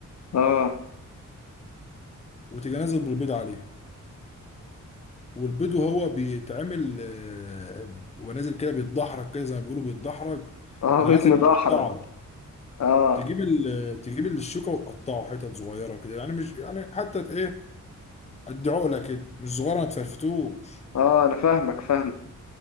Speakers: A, on the left; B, on the left.
A: اه
B: وتيجي نازل بالبيض عليها والبيض وهو بيتعمل آه، ونازل كده بيتدحرج كده زي ما بيقولوا بيتدحرج
A: اه
B: أنا
A: بطن
B: عايزك
A: ضحرة
B: تقطعه
A: اه
B: تجيب ال... تجيب الشوكة وتقطعه حتت صغيرة كده يعني مش يعني حتى إيه قد عقلة كده مش صغيرة ما تفرفتوش
A: اه انا فاهمك فاهم